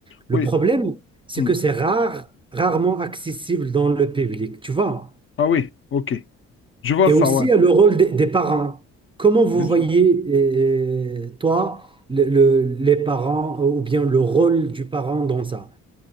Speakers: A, on the right; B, on the left.
A: Le
B: oui.
A: problème, c'est
B: Mm.
A: que c'est rare, rarement accessible dans le public. Tu vois,
B: Ah oui, ok. Je vois
A: et
B: ça,
A: aussi
B: ouais.
A: euh, le rôle des, des parents. Comment vous
B: Bien
A: voyez,
B: sûr.
A: euh, toi, le- le- les parents euh, ou bien le rôle du parent dans ça?